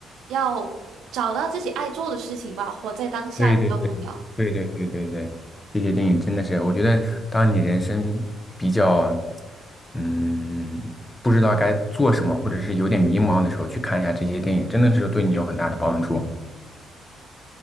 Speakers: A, on the right; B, on the left.
A: 要找到自己爱做的事情吧，活在当下比较重要。
B: 对对对对对对对对，这些电影真的是，我觉得当你人生比较，嗯，不知道该做什么，或者是有点迷茫的时候，去看一下这些电影，真的是对你有很大的帮助